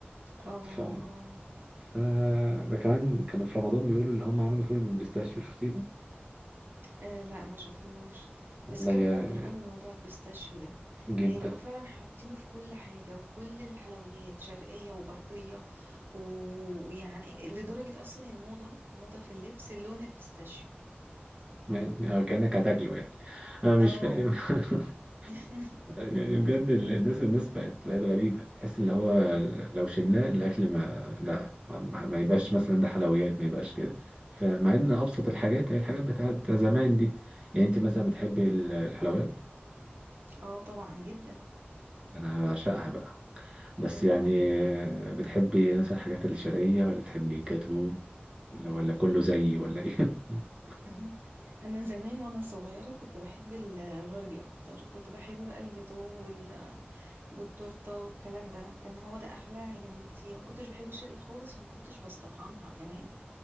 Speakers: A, on the right; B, on the right.
A: اه
B: ف
A: اه
B: آه، ده كمان كانوا في رمضان بيقولوا اللي هم عملوا فول بالبيستاشيو شفتيه ده
A: آه لا ما شفتهوش
B: والله
A: بس كان
B: يا-
A: اوفر قوي موضوع البيستاشيو ده
B: جدا
A: يعني بقوا فعلا حاطينه في كل حاجة وكل الحلويات شرقية وغربية ويعني لدرجة اصلا الموضة موضة في اللبس اللون البيستاشيو
B: يعني آه، كأنك هتاكله يعني انا مش
A: اه
B: فاهم <laughs>
A: بالظبط. <laughs>
B: يعني بجد ال- الناس الناس بقت بقت غريبة تحس ان هو لو شلناه الاكل ما لا ما, ما ما يبقاش مثلا ده حلويات ما يبقاش كده فمع ان ابسط الحاجات هي الحاجات بتاعت زمان دي يعني انت مثلا بتحبي ال- الحلويات
A: اه طبعا جدا
B: انا بعشقها بقى بس
A: الا
B: يعني
A: الحلويات
B: آه، بتحبي مثلا الحاجات الشرقية ولا بتحبي جاتو ولا ولا كله زيي ولا ايه <laughs>
A: <laughs> انا زمان وانا صغيره كنت بحب الغربي اكتر كنت بحب بقى الجاتو وال... والتورته والكلام ده كان هو ده احلى يعني بكتير ما كنتش بحب الشرقي خالص وما كنتش بستطعمها كمان